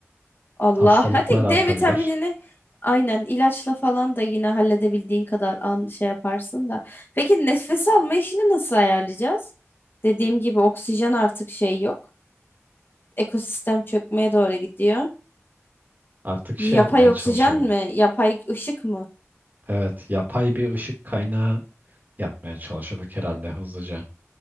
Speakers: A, on the left; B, on the right.
A: Allah.
B: Hastalıklar
A: Hadi
B: artabilir.
A: D vitaminini aynen ilaçla falan da yine halledebildiğin kadar an şey yaparsın da. Peki nefes alma işini nasıl ayarlayacağız? Dediğim gibi oksijen artık şey yok. Ekosistem çökmeye doğru gidiyor.
B: Artık şey
A: Yapay
B: yapmaya çalışırdık.
A: oksijen mi? Yapay ışık mı?
B: Evet, yapay bir ışık kaynağı yapmaya çalışırdık herhalde hızlıca.